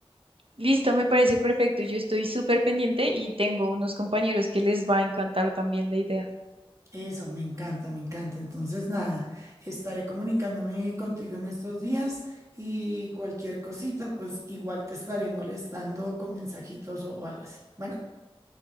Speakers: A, on the right; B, on the right.
A: Listo, me parece perfecto. Yo estoy súper pendiente y tengo unos compañeros que les va a encantar también la idea.
B: Eso, me encanta, me encanta. Entonces, nada, estaré comunicándome contigo en estos días y cualquier cosita, pues igual te estaré molestando con mensajitos o algo así. Bueno,